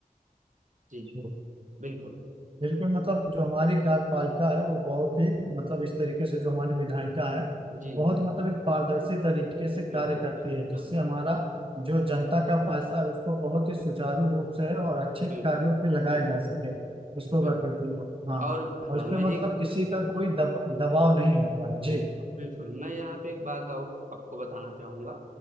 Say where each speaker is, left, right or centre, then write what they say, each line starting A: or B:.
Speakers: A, on the right; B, on the right.
A: जी
B: तो
A: बिल्कुल
B: बिल्कुल मतलब जो हमारी कार्यपालिका है वो बहुत ही मतलब इस तरीके से जो हमारी विधायिका है
A: जी
B: बहुत
A: जी
B: मतलब एक पारदर्शी तरीके से कार्य
A: बिल्कुल
B: करती है जिससे
A: हाँ
B: हमारा जो जनता का पैसा है उसको बहुत ही सुचारू रूप से है और अच्छे
A: बिल्कुल
B: कार्यों पे लगाया
A: बिल्कुल
B: जा सके उसको
A: बिल्कुल
B: कर करती हो हाँ
A: और
B: और
A: हाँ
B: इसके
A: मैं एक
B: मतलब किसी का
A: हाँ
B: कोई दब, दबाव नहीं होता है। जी
A: बिल्कुल बिल्कुल मैं यहाँ पे एक बात और आपको बताना चाहूंगा